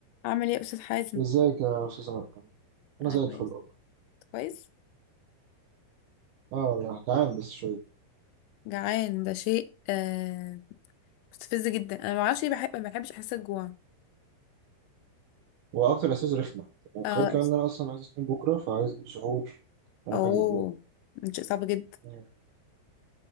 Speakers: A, on the left; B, on the right.
A: اعمل ايه يا استاذ حازم
B: ازيك يا استاذ عمر انا
A: انا
B: زي
A: كويس
B: الفل والله
A: كويس
B: اه والله جعان بس شويه
A: جعان ده شيء آه مستفز جدا انا ما اعرفش ليه بحب ما بحبش احس الجوع
B: هو اكتر احساس رخمه وغير
A: اه
B: كمان ان انا اصلا عايز اصوم بكره فعايز اجيب سحور مش
A: اوه
B: عارف اجيب ايه
A: ده شيء صعب جدا
B: مم.